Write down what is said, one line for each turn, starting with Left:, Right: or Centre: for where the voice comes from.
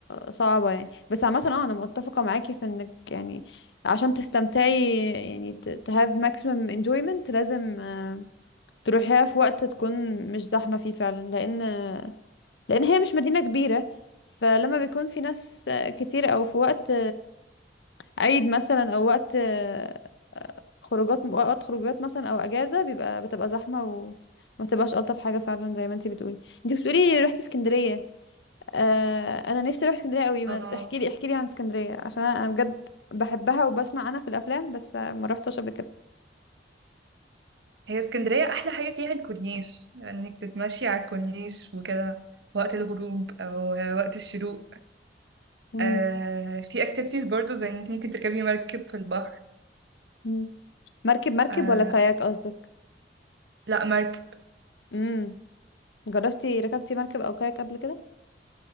Left: صعبة يعني بس عامة اه انا متفقة معاكي في انك يعني عشان تستمتعي يعني ت to have maximum enjoyment لازم آه، تروحيها في وقت تكون مش زحمة فيه فعلا لان لان هي مش مدينة كبيرة فلما بيكون في ناس آه، كتير او في وقت عيد مثلا او وقت آه، خروجات وقت خروجات مثلا او اجازه بيبقى بتبقى زحمه وما تبقاش الطف حاجه فعلا زي ما انتي بتقولي انتي بتقولي رحتي اسكندريه آه انا نفسي اروح اسكندريه قوي ما
Right: اه
Left: تحكي لي احكي لي عن اسكندريه عشان انا أنا بجد بحبها وبسمع عنها في الافلام بس آه، ما روحتش قبل كده
Right: هي اسكندريه احلى حاجه فيها الكورنيش انك تتمشي على الكورنيش وكده وقت الغروب او وقت الشروق
Left: مم.
Right: آه في اكتيفيتيز برضو زي انك ممكن تركبي مركب في البحر
Left: مم. مركب مركب
Right: آه
Left: ولا كاياك قصدك
Right: لا مركب
Left: امم جربتي ركبتي مركب او كاياك قبل كده